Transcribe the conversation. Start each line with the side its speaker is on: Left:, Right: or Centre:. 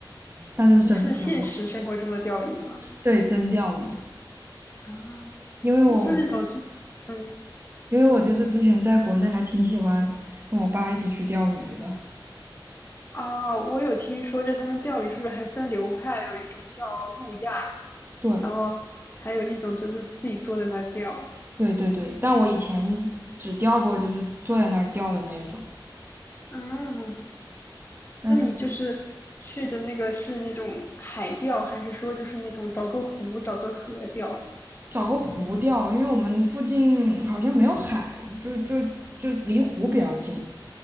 Right: 但是是真的钓鱼，
Left: 你是现实生活中的钓鱼吗？
Right: 对，真钓鱼。
Left: 啊，
Right: 因为我
Left: 是是那种就嗯
Right: 因为我就是之前在国内还挺喜欢跟我爸一起去钓鱼的。
Left: 啊，我有听说，就他们钓鱼是不是还分流派？有一种叫路亚，
Right: 对
Left: 然后还有一种就是自己坐在那儿钓。
Right: 对对对，但我以前只钓过就是坐在那儿钓的那一种，
Left: 啊，
Right: 但是
Left: 那你就是去的那个是那种海钓，还是说就是那种找个湖、找个河钓？
Right: 找个湖钓，因为我们附近好像没有海，就就就离湖比较近。